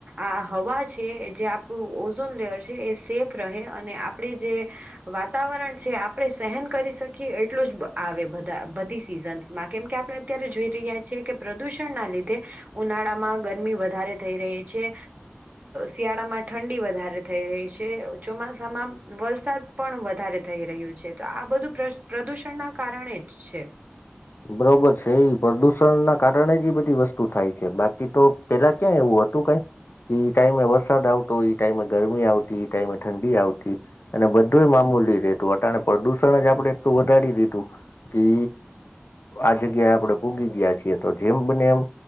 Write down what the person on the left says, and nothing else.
બરોબર છે એ પ્રદુષણના કારણે જ એ બધી વસ્તુ થાય છે બાકી તો પેલા ક્યાં એવું હતું ઈ ટાઈમે વરસાદ આવતો ઈ ટાઈમે ગરમી આવતી ઈ ટાઈમે ઠંડી આવતી અને બધું મામૂલી રહેેતું અટ પ્રદુષણ જ આપણે એટલું વધારી દીધું કે. આ જગ્યાએ આપણે ભૂગી ગયા છીએ તો જેમ બને એમ